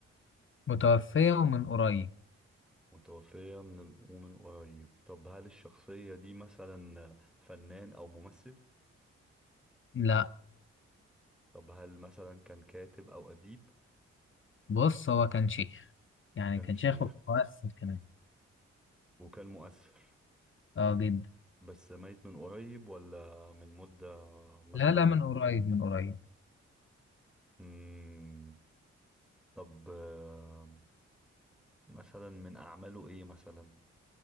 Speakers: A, on the left; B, in the centre.
A: متوفية ومن قريب
B: متوفية من ومن قريب طب هل الشخصية دي مثلا آه، فنان أو ممثل؟
A: لا
B: طب هل مثلا كان كاتب أو أديب
A: بص هو كان شيخ يعني
B: كان
A: كان
B: شيخ
A: شيخ ومؤثر كمان
B: وكان مؤثر
A: اه جدا
B: بس ميت من قريب ولا من مدة مثلا
A: لا لا من قريب من قريب
B: مم. طب آه، مثلا من أعماله إيه مثلا